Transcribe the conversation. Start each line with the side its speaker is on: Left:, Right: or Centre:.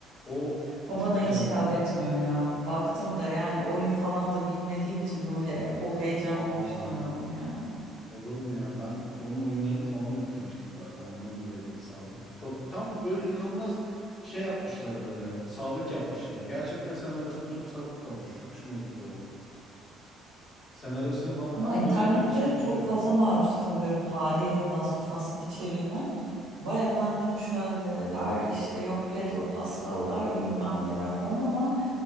Left: O
Right: O
Left: çok
Right: bana hiç
Left: güzeldi.
Right: hitap etmiyor ya. Baktım da yani oyunu falan da bilmediğim için böyle o heyecanı
Left: Aa,
Right: yaşayamadım yani.
Left: Olur mu ya? Ben onun oyunlarını falan da bitirmiştim zaten. Ondan dolayı böyle sardım. Çok tam böyle inanılmaz şey yapmışlar böyle. Sadık yapmışlar. Gerçekten senaryosuna çok sadık kalmış. Çok hoşuma gitti vallahi. Senaryosunu falan
Right: Ama
Left: tam
Right: internette
Left: böyle şey gibi
Right: çok
Left: yap.
Right: fazla maruz kalıyorum haliyle Last of Us içeriğine. Vay efendim şöyleler işte yok Pedro Pascal'lar bilmem neler falan ama